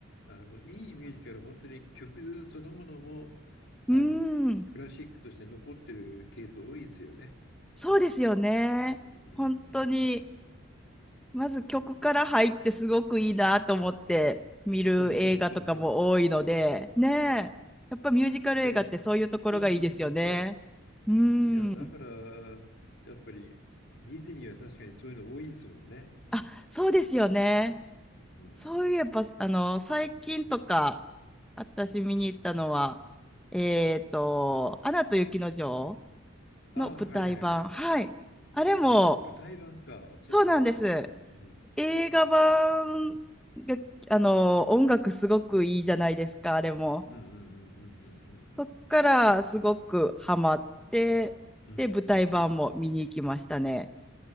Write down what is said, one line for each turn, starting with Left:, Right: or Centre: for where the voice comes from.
Left: あのいいミュージカルは本当に曲そのものもあのクラシックとして残ってるケース多いですよね。
Centre: うーん。そうですよね。
Left: うんうんうんうん
Centre: 本当にまず曲から入ってすごくいいなと思って見る映画とかも多いので、
Left: そうそうそうそうそう。
Centre: ねえ、やっぱミュージカル映画ってそういうところがいいですよね。
Left: で、そうそうそうそ
Centre: うー
Left: う。いや、だから、
Centre: ん。
Left: やっぱりディズニーは確かにそういうの多いですもんね。
Centre: あ、そうですよね。
Left: うん。うんうん
Centre: そういえば、あの、最近とか、私見に行ったのは、えっと、アナと雪の女王
Left: ああ、
Centre: の舞台版。
Left: はいはいはい。
Centre: はい。あれも、
Left: あ、舞台版か。そっかそっか。
Centre: そうなんです。
Left: うんうん。
Centre: 映画版が、あの、音楽すごくいいじゃないですか、あれも。
Left: うんうんうんうん
Centre: そっからすごくハマって、
Left: うんうん。
Centre: で、舞台版も見に行きましたね。
Left: うんうんうん